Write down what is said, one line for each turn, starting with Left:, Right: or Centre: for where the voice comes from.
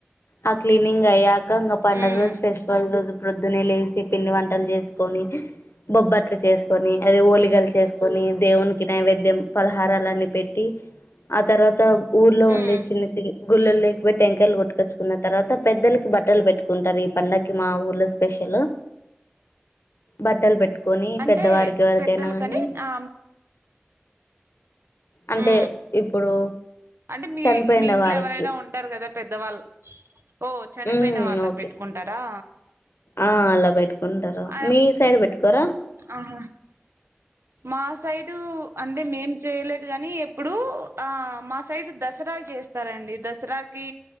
Left: ఆ క్లీనింగ్ అయ్యాక ఇంకా పండుగ
Right: ఉమ్
Left: రోజు ఫెస్టివల్ రోజు ప్రొద్దునే లేసి పిండి వంటలు చేసుకొని బొబ్బట్లు చేస్ కొని అదే ఓలిగాలు
Right: ఉమ్
Left: చేసుకొని దేవునికి నైవేద్యం పలహారాలన్ని పెట్టి ఆ తర్వాత ఊర్లో ఉండే
Right: ఉమ్
Left: చిన్న చిన్న గుళ్ళలు లేకపోట్టి టంకాయలు కొట్టుకొచ్చుకున్న తర్వాత పెద్దలకి బట్టలు పెట్టుకుంటారు ఈ పండకి మా ఊర్లా స్పెషలు బట్టలు పెట్టుకొని
Right: అంటే
Left: పెద్దవారికి ఎవరకైనా
Right: పెద్దల
Left: కానీ
Right: కంటే ఆ
Left: అంటే
Right: ఉ
Left: ఇప్పుడు
Right: అంటే మీ
Left: చనిపోయిన
Right: మీ ఇంట్లో
Left: వాళ్ళకి
Right: ఎవరైనా ఉంటారు కదా పెద్దవాళ్ళ ఓ చనిపోయిన
Left: ఉమ్
Right: వాళ్ళకి
Left: ఓకే
Right: పెట్టుకుంటారా
Left: ఆ అలా పెట్టుకుంటారు
Right: ఆ
Left: మీ సైడ్ పెట్టుకోరా
Right: ఆహా మా సైడు అంటే మేం చేయలేదు కాగానీ ఇప్పుడు ఆ మా సైడ్ దసరా చే స్తారండి దసరాకి